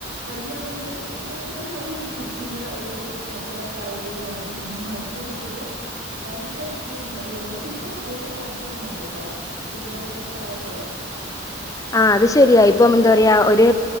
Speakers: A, on the right; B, on the left.
A: വയ്യാന്നുള്ളൊരു എന്താ പറയാ ഒരു മടി പിടിച്ചിരിക്കുന്ന ഒരു മക്കളൊക്കെ ആയില്ലേ മതി മതി എന്നുള്ളൊരു ഭയങ്കര രു മടി വന്നു പക്ഷെ ഇപ്പം വീണ്ടും പഠിക്കണം എന്നുണ്ട് കേട്ടോ കുട്ടികളൊക്കെ കൊറച്ച് ആയപ്പോഴേ
B: ആഹ് അത് ശരിയ ഇപ്പം എന്താ പറയാ ഒരു